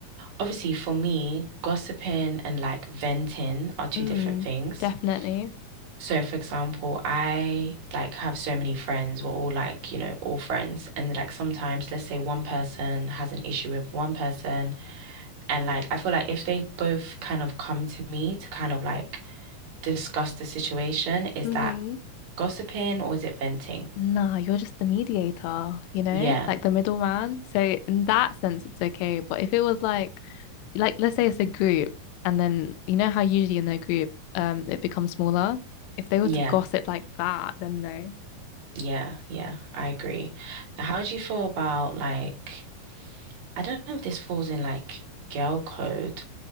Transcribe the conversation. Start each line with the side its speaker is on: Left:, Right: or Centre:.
Right: obviously for me, gossiping and like venting are two
Left: Mm,
Right: different things.
Left: definitely.
Right: So for example, I like have so many friends. We're all like, you know, all friends. And like sometimes let's say one person has an issue with one person and like I feel like if they both kind of come to me to kind of like discuss the situation, is
Left: Mm-hmm.
Right: that gossiping or is it venting?
Left: Nah, you're just the mediator, you know,
Right: Yeah.
Left: like the middleman. So in that sense, it's okay. But if it was like, like let's say it's a group, and then you know how usually in their group, um, it becomes smaller. If they were
Right: Yeah.
Left: to gossip like that, then no.
Right: Yeah, yeah, I agree. How do you feel about like I don't know if this falls in like girl code,